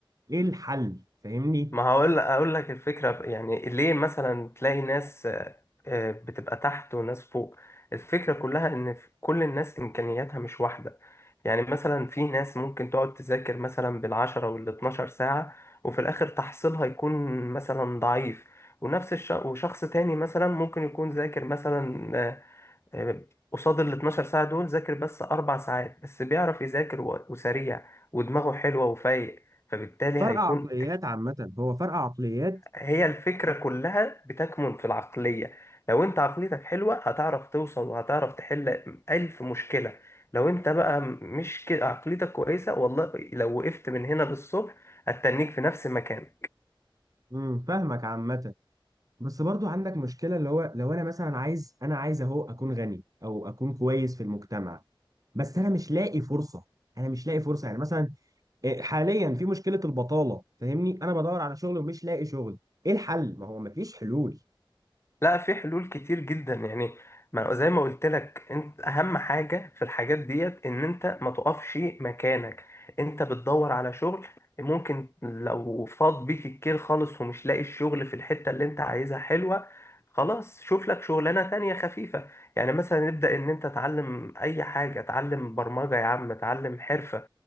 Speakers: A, on the right; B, on the left.
A: ايه الحل فاهمني
B: ما هقول اقول لك الفكره يعني ليه مثلا تلاقي ناس آه، آه، بتبقى تحت وناس فوق الفكره كلها ان في- كل الناس امكانياتها مش واحده يعني مثلا في ناس ممكن تقعد تذاكر مثلا بالعشرة وال12 ساعه وفي الاخر تحصيلها يكون مثلا ضعيف ونفس الش... وشخص تاني مثلا ممكن يكون ذاكر مثلا آه، آه، قصاد ال 12 ساعه دول ذاكر بس اربع ساعات بس بيعرف يذاكر و- وسريع ودماغه حلوه وفايق فبالتالي
A: فرق
B: هيكون
A: عقليات عامة هو فرق عقليات
B: هي الفكرة كلها بتكمن في العقلية لو انت عقليتك حلوة هتعرف توصل وهتعرف تحل ألف مشكلة لو انت بقى مش كده عقليتك كويسة والله لو وقفت من هنا للصبح هتتنيك في نفس المكان
A: امم فاهمك عامة بس برضو عندك مشكلة اللي هو لو انا مثلا عايز انا عايز اهو اكون غني او اكون كويس في المجتمع بس انا مش لاقي فرصة انا مش لاقي فرصة يعني مثلا إيه، حاليا في مشكله البطاله فاهمني انا بدور على شغل ومش لاقي شغل ايه الحل ما هو مفيش حلول
B: لا في حلول كتير جدا يعني ما زي ما قلت لك انت اهم حاجه في الحاجات ديت ان انت ما تقفش مكانك انت بتدور على شغل ممكن لو فاض بيك الكيل خالص ومش لاقي الشغل في الحته اللي انت عايزها حلوه خلاص شوف لك شغلانه تانية خفيفه يعني مثلا نبدا ان انت تعلم اي حاجه تعلم برمجه يا عم تعلم حرفه